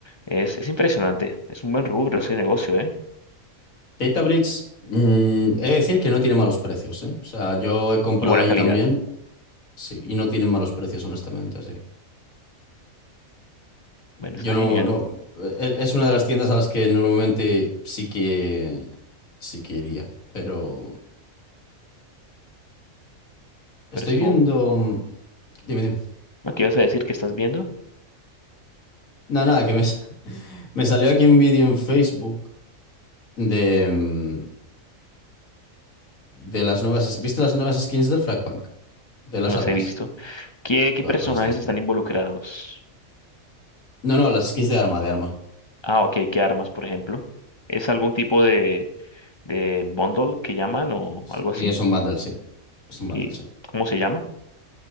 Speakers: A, on the left; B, on the left.
A: Es, es impresionante. Es un buen rubro ese negocio, ¿eh?
B: DataBridge, mm, he de decir que no tiene malos precios, ¿eh? O sea, yo he comprado
A: Y buena
B: allí
A: calidad.
B: también, sí, y no tienen malos precios, honestamente, sí.
A: Bueno,
B: Yo
A: está genial.
B: no, no, e- e, es una de las tiendas a las que normalmente sí que, sí que iría, pero estoy
A: Pero estuvo.
B: viendo, mm, dime, dime.
A: ¿No? ¿Qué ibas a decir? ¿Qué estás viendo?
B: Nada, nada, que me, <laughs> me salió aquí un vídeo en Facebook de, mm, de las nuevas, ¿viste las nuevas skins del Fragpunk? De las
A: No los
B: armas.
A: he visto. ¿Qué, qué
B: Vale,
A: personajes
B: pues las skins.
A: están involucrados?
B: No, no, las skins de arma, de arma.
A: Ah, ok. ¿Qué armas, por ejemplo? ¿Es algún tipo de, de bundle que llaman o
B: Sí,
A: algo así?
B: es un bundle, sí. Es un
A: ¿Y
B: bundle, sí.
A: cómo se llama?